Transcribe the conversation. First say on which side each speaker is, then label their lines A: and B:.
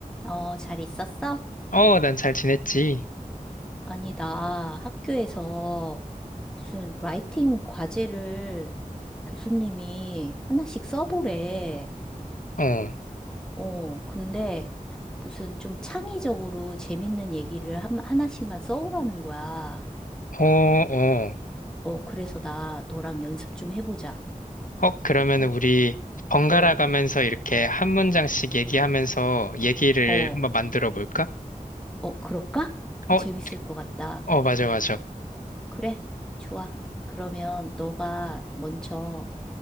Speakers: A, in the centre; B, on the left.
A: 어, 잘 있었어?
B: 어, 난 잘 지냈지.
A: 아니, 나 학교에서 무슨 라이팅 과제를 교수님이 하나씩 써보래.
B: 어,
A: 어, 근데 무슨 좀 창의적으로 재밌는 얘기를 한, 하나씩만 써오라는 거야.
B: 어, 어.
A: 어, 그래서 나 너랑 연습 좀 해보자.
B: 어, 그러면
A: 어,
B: 우리 번갈아
A: 어,
B: 가면서 이렇게 한 문장씩 얘기하면서 얘기를
A: 어,
B: 한번 만들어 볼까?
A: 어, 그럴까?
B: 어,
A: 재밌을 것 같다.
B: 어, 맞아, 맞아.
A: 그래, 좋아. 그러면 너가 먼저